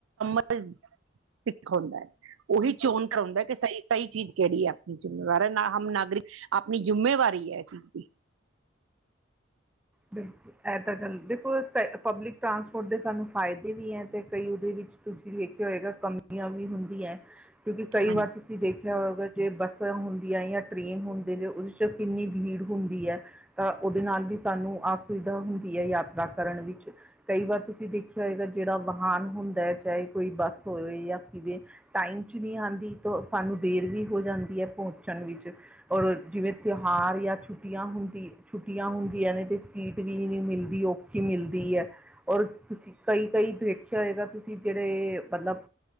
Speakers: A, on the right; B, in the centre.
A: ਸਿੱਖ ਹਉਦਾ, ਉਹੀ ਚੋਣ ਕਰਾਉਂਦਾ ਕਿ ਸਹੀ ਸਹੀ ਚੀਜ਼ ਕੇੜੀ ਐ ਆਪਣੀ ਜਿੰਮੇਵਾਰ, ਨਾ ਹਮ ਨਾਗਰਾ, ਆਪਣੀ ਜਿੰਮੇਵਾਰੀ ਐ ਏ ਚੀਜ਼ ਦੀ।
B: ਬਿਲਕੁਲ ਐ ਤਾਂ ਗੱਲ, ਦੇਖੋ ਪਬਲਿਕ ਟਰਾਂਸਪੋਰਟ ਦੇ ਸਾਨੂੰ ਫਾਈਦੇ ਵੀ ਐ ਤੇ ਕਈ ਓਂਦੇ ਵੀਚ ਤੁਸੀਂ ਵੇਖੇਆ ਹੋਏਗਾ ਕਮੀਆਂ ਵੀ ਹੁੰਦੀਆਂ ਐ ਕਿਉਂਕੀ ਕਈ
A: ਹਾਂਜੀ
B: ਵਾਰ ਤੁ <unintelligible> ਦੇਖੇਆ ਹੋਵੇਗਾ ਜੇ ਬੱਸਾਂ ਹੁੰਦੀਆਂ ਜਾਂ ਟ੍ਰੇਨ ਹੁੰਦੇ ਨੇ ਓਦੇ ਚ ਕਿੰਨੀ ਬੀੜ ਹੁੰਦੀ ਐ ਤਾਂ ਓਦੇ ਨਾਲ ਵੀ ਸਾਨੂੰ ਅਸੁਵਿਧਾ ਹੁੰਦੀ ਐ ਯਾਤਰਾ ਕਰਨ ਵਿੱਚ ਕਈ ਵਾਰ ਤੁਸੀਂ ਦੇਖੇਆ ਹੋਏਗਾ ਜੇੜਾ ਵਾਹਨ ਹੁੰਦਾ ਐ ਚਾਏ ਕੋਈ ਬੱਸ ਹੋਵੇ ਜਾਂ ਕਿਵੇਂ ਟਾਈਮ ਚ ਨੀ ਆਂਦੀ ਤੋ, ਸਾਨੂੰ ਦੇਰ ਵੀ ਹੋ ਜਾਂਦੀ ਐ ਪਹੁੰਚਣ ਵਿਚ ਔਰ ਜਿਵੇਂ ਤੇਹਾਰ ਜਾਂ ਛੁਟੀਆਂ ਹੁੰਦੀ, ਛੁੱਟੀਆਂ ਹੁੰ ਸੀਟ ਵੀ ਨੀ ਮਿਲਦੀ ਔਖੀ ਮਿਲਦੀ ਆ, ਔਰ ਤੁਸੀਂ ਕਈ-ਕਈ <unintelligible> ਵੇਖੇਆ ਹੋਏਗਾ ਤੁਸੀਂ ਜੇੜੇ, ਮਤਲਬ